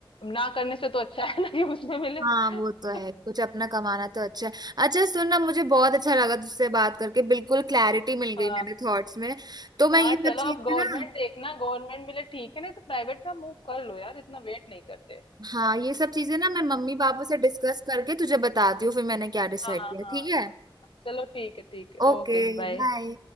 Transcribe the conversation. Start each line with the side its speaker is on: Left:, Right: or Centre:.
Left: ना करने से तो अच्छा है ना कि उसमें मिले
Right: हाँ वो तो है
Left: <laughs>
Right: कुछ अपना कमाना तो अच्छा है अच्छा सुन ना मुझे बहुत अच्छा लगा तुझसे बात करके बिल्कुल क्लैरिटी मिल
Left: हाँ
Right: गई मेरे थॉट्स में तो मैं
Left: हाँ
Right: ये सब
Left: चलो
Right: चीजें
Left: आप गवर्नमेंट
Right: ना
Left: देखना गवर्नमेंट मिले ठीक है नहीं तो प्राइवेट में आप मूव कर लो यार इतना वेट नहीं करते
Right: हाँ ये सब चीजें ना मैं मम्मी पापा से डिस्कस करके तुझे बताती हूँ फिर मैंने क्या डिसाइड
Left: हाँ हाँ
Right: किया
Left: हाँ
Right: ठीक है
Left: हाँ। चलो ठीक है ठीक है
Right: Okay
Left: ओके बाय
Right: bye